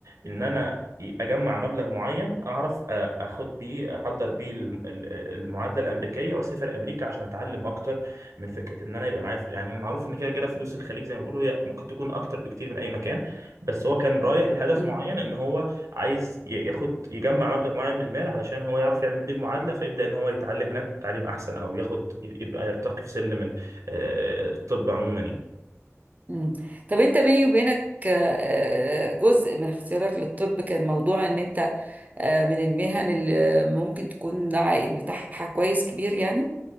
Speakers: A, on the right; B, on the right.
A: إن أنا أجمع مبلغ معين أعرف أ- أخد بيه أحضر بيه الم- ال- المعادلة الأمريكية وأسافر أمريكا عشان أتعلم أكتر من فكرة إن أنا يبقى معايا فل- يعني معروف إن كده كده فلوس الخليج زي ما بيقولوا هي ممكن تكون أكتر بكتير من أي مكان بس هو كان رايح لهدف
B: مم.
A: معين إن هو عايز ي- ياخد يجمع مبلغ معين من المال علشان هو يعرف يعمل بيه المعادلة فيبدأ ان هو يتعلم هناك تعليم احسن او ياخد يبقى يرتقي في سلم ال- آه، الطب عموما يعني
B: مم. طب انت بيني وبينك آه، آه، جزء من اختيارك للطب كان موضوع ان انت آه، من المهن اللي ممكن تكون العائد بتاعها كويس كبير يعني